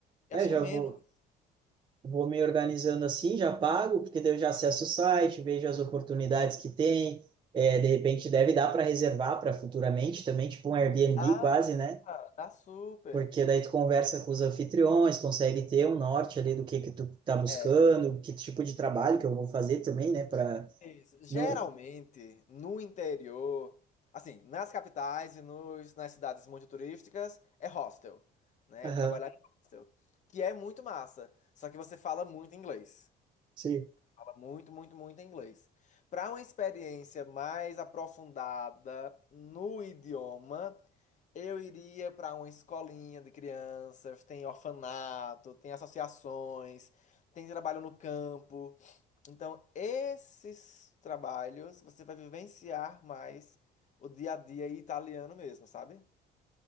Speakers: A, on the left; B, on the right.
A: Eu
B: É,
A: acho
B: eu
A: que
B: já
A: é menos.
B: vou. vou me organizando assim, já pago, porque daí eu já acesso o site, vejo as oportunidades que tem. É, de repente deve dar para reservar para futuramente também, tipo um Airbnb
A: Ah,
B: quase, né?
A: tá super.
B: Porque daí tu conversa com os anfitriões, consegue ter um norte ali do que que tu tá buscando,
A: É,
B: que tipo de trabalho que eu vou fazer também, né? Para
A: isso. Geralmente,
B: não.
A: no interior, assim, nas capitais e nos, nas cidades muito turísticas, é hostel, né?
B: Aham,
A: É Trabalhar em hostel, que é muito massa, só que você fala muito inglês.
B: sim.
A: Fala muito, muito, muito inglês. Para uma experiência mais aprofundada no idioma, eu iria para uma escolinha de crianças, tem orfanato, tem associações, tem trabalho no campo. Então, esses trabalhos você vai vivenciar mais o dia a dia italiano mesmo, sabe?